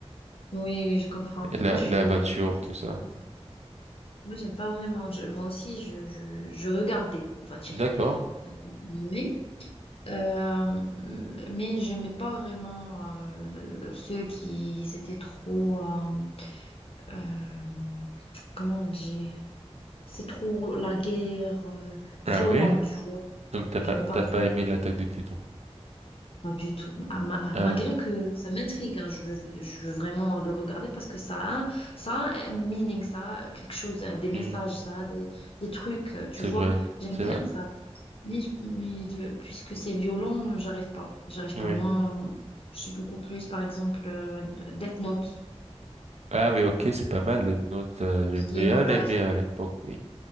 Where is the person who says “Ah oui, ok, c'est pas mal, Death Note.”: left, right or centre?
Right